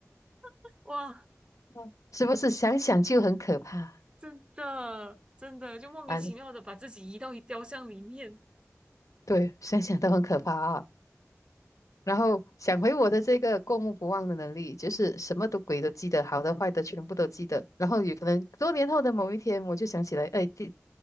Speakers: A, on the right; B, on the left.
A: <laughs> 哇，
B: 嗯是不是想想就很可怕
A: 真的真的就莫名其妙的把自己移到一雕像里面，
B: 啊？对，想想都很可怕啊。然后想回我的这个过目不忘的能力，就是什么都鬼都记得，好的坏的全部都记得。然后有可能多年后的某一天，我就想起来，哎，这